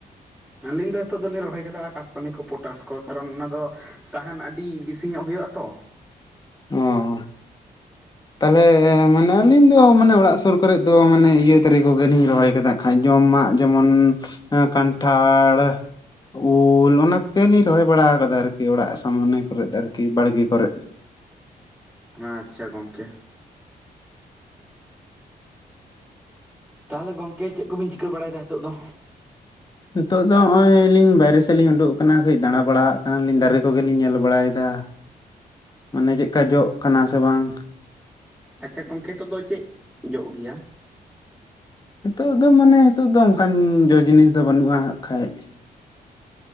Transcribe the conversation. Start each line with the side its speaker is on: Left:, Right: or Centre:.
Centre: ᱟᱹᱞᱤᱧ ᱫᱚ ᱦᱤᱛᱚᱜ ᱫᱚᱞᱤᱧ ᱨᱚᱦᱚᱭ ᱠᱮᱫᱟ ᱟᱠᱟᱥᱯᱟᱱᱤ ᱠᱚ ᱯᱚᱴᱟᱥ ᱠᱚ ᱠᱟᱨᱚᱱ ᱚᱱᱟ ᱫᱚ ᱥᱟᱦᱟᱱ ᱟᱹᱰᱤ ᱵᱮᱥᱤ ᱧᱚᱜ ᱦᱩᱭᱩᱜ-ᱟ ᱛᱚ᱾
Left: ᱚᱻ ᱛᱟᱦᱞᱮ ᱢᱟᱱᱮ ᱟᱹᱞᱤᱧ ᱫᱚ ᱢᱟᱱᱮ ᱚᱲᱟᱜ ᱥᱩᱨ ᱠᱚᱨᱮᱫ ᱫᱚ ᱢᱟᱱᱮ ᱤᱭᱟᱹ ᱫᱟᱹᱨᱮ ᱠᱚᱜᱮᱞᱤᱧ ᱨᱚᱦᱚᱭ ᱟᱠᱟᱫᱟ᱾ ᱠᱷᱟᱡ ᱡᱚᱢᱟᱜ ᱡᱮᱢᱚᱱ ᱠᱟᱱᱴᱷᱟᱲ᱾ ᱩᱞ ᱚᱱᱟ ᱠᱚᱜᱮᱞᱤᱧ ᱨᱚᱦᱚᱭ ᱵᱟᱲᱟ ᱟᱠᱟᱫᱟ ᱟᱨᱠᱤ ᱚᱲᱟᱜ ᱥᱟᱢᱚᱱᱮ ᱠᱚᱨᱮᱜ ᱟᱨᱠᱤ ᱵᱟᱲᱜᱮ ᱠᱚᱨᱮᱜ᱾
Centre: ᱟᱪᱪᱷᱟ ᱜᱚᱢᱠᱮ᱾ ᱛᱟᱦᱞᱮ ᱜᱚᱢᱠᱮ ᱪᱮᱫ ᱠᱚᱵᱤᱱ ᱪᱤᱠᱟᱹ ᱵᱟᱲᱟᱭ ᱫᱟ? ᱱᱤᱛᱚᱜ ᱫᱚ,
Left: ᱱᱤᱛᱚᱜ ᱫᱚ ᱦᱚᱜ-ᱚᱭ ᱞᱤᱧ ᱵᱟᱭᱨᱮ ᱥᱮᱫ ᱞᱤᱧ ᱩᱰᱩᱠ ᱟᱠᱟᱱᱟ ᱠᱟᱹᱡ ᱫᱟᱸᱲᱟ ᱵᱟᱲᱟ-ᱟᱜ ᱠᱟᱱᱟᱞᱤᱧ᱾ ᱫᱟᱨᱮ ᱠᱚᱜᱮᱞᱤᱧ ᱧᱮᱞ ᱵᱟᱲᱟᱭᱮᱫᱟ᱾
Centre: <unintelligible>
Left: ᱢᱟᱱᱮ ᱪᱮᱫᱠᱟ ᱡᱚᱜ ᱠᱟᱱᱟ ᱥᱮ ᱵᱟᱝ᱾
Centre: ᱟᱪᱪᱷᱟ ᱜᱚᱢᱠᱮ ᱱᱤᱛᱚᱜ ᱫᱚ ᱪᱮᱫ ᱡᱚᱜ ᱜᱮᱭᱟ?
Left: ᱱᱤᱛᱚᱜ ᱫᱚ ᱢᱟᱱᱮ ᱱᱤᱛᱚᱜ ᱫᱚ ᱚᱱᱠᱟᱱ ᱡᱚ ᱡᱤᱱᱤᱥ ᱫᱚ ᱵᱟᱹᱱᱩᱜᱼᱟ ᱦᱟᱜ ᱠᱷᱟᱡ᱾